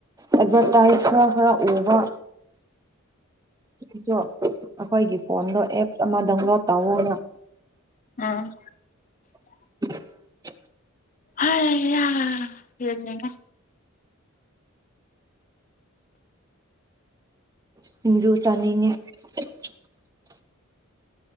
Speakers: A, on the right; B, on the left.
A: ꯑꯦꯗꯚꯔꯇꯥꯏꯁ ꯈꯔ ꯈꯔ ꯎꯕ <unintelligible> ꯑꯩꯈꯣꯏꯒꯤ ꯐꯣꯟꯗꯣ ꯑꯦꯞꯁ ꯑꯃ ꯗꯥꯎꯟꯂꯣꯗ ꯇꯧꯋꯅ
B: ꯎꯝ <unintelligible>
A: <unintelligible>
B: ꯍ ꯌꯥ ꯌꯦꯒꯅꯦꯉ
A: ꯁꯤꯡꯗꯨꯨ ꯆꯥꯟꯅꯤꯡꯉꯦ <unintelligible>